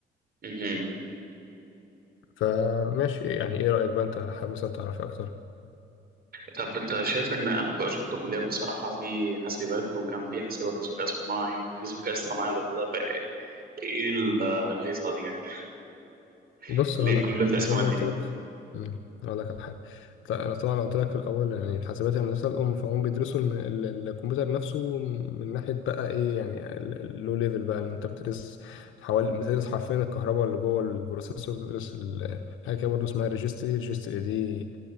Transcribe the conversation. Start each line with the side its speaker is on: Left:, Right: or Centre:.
Right: مهم.
Left: فماشي يعني ايه رأيك بقى انت حابب مثلا تعرف اكتر
Right: طب انت شايف ان انا بقى شفت كليات بصراحة في حاسبات وكان في حاسبات وذكاء اصطناعي وفي ذكاء اصطناعي لوحدها فايه ال- الهيصة دي يعني <laughs>
Left: بص
Right: ليه
Left: هقول لك
Right: كل
Left: على حاجه
Right: التقسيمات
Left: زي ما
Right: دي
Left: قلت لك امم هقول لك على حاجه ط- انا طبعا قلت لي في الاول يعني الحاسبات هي المدرسه الام فهم بيدرسوا الم... ال- ال- الكمبيوتر نفسه من ناحيه بقى ايه يعني اللو ليفل بقى إن انت بتدرس حوالي بتدرس حرفيا الكهرباء اللي جوه البروسيسور بتدرس ال- حاجه كده برضه اسمها ريجستري ريجستري دي